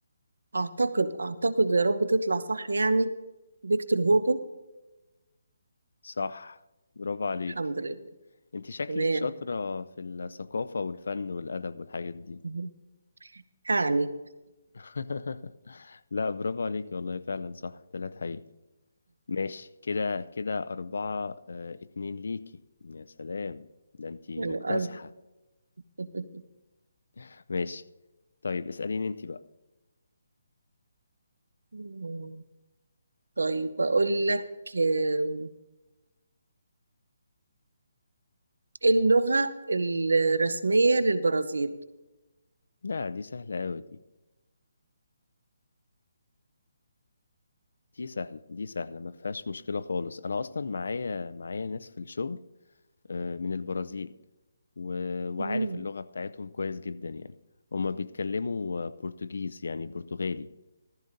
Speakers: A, on the right; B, on the left.
A: أعتقد أعتقد يا رب تطلع صح يعني فيكتور هوجو
B: صح برافو عليك
A: الحمد لله
B: انت شكلك
A: تمام
B: شاطرة في الثقافة والفن والأدب والحاجات دي
A: مم. يعني
B: <laughs> لا برافو عليك والله فعلا صح تلات حقيقي ماشي كده كده أربعة اه اتنين ليكي يا سلام ده انت مكتسحة
A: حلو أوي. <laughs>
B: <laughs> ماشي طيب اسأليني انت بقى
A: مم. طيب أقول لك آه، اللغة الرسمية للبرازيل
B: لا دي سهلة أوي دي دي سهلة دي سهلة ما فيهاش مشكلة خالص أنا أصلا معايا معايا ناس في الشغل آه، من البرازيل و- وعارف
A: مم.
B: اللغة بتاعتهم كويس جدا يعني هما بيتكلموا آه، برتغيز يعني برتغالي